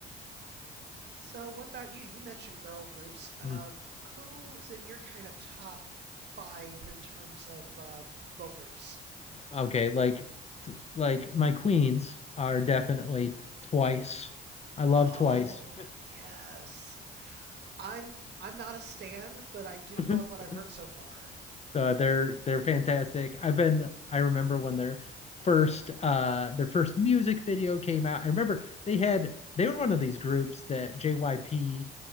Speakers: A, on the right; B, on the left.
A: So, what about you? You mentioned girl groups. Uh,
B: Mm.
A: who's in your kind of top five in terms of uh, girl groups?
B: Okay, like t- like my queens are definitely twice. I love
A: Oh,
B: twice.
A: yes. I'm I'm not a stan, but I do
B: <laughs>
A: love what I've heard so far.
B: Uh, they're they're fantastic. I've been I remember when their first uh their first music video came out. I remember they had they were one of these groups that JYP